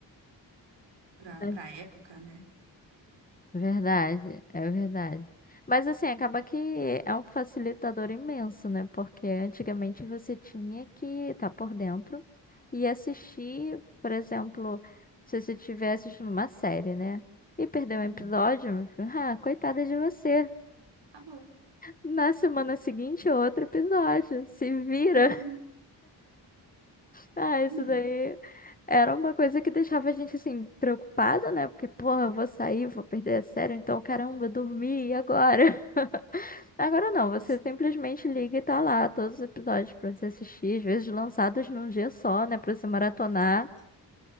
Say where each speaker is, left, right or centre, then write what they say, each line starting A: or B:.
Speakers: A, on the right; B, on the left.
A: para
B: É
A: para época, né?
B: Verdade, é verdade. Mas assim, acaba que é um facilitador imenso, né? Porque antigamente você tinha que estar por dentro e assistir, por exemplo, se você estiver assistindo uma série, né? E perdeu
A: Uhum.
B: um episódio, meu filho, ah, coitada de você.
A: Acabou.
B: Na semana seguinte, outro episódio. Se vira.
A: Uhum.
B: Ah,
A: Uhum.
B: isso daí era uma coisa que deixava a gente assim preocupada, né? Porque, porra, eu vou sair, vou perder a série, então caramba, eu dormi, e agora? <laughs> Agora não, você
A: Isso,
B: simplesmente liga e tá lá todos os episódios pra você assistir, às vezes lançados num dia só, né? Pra você maratonar.
A: exato,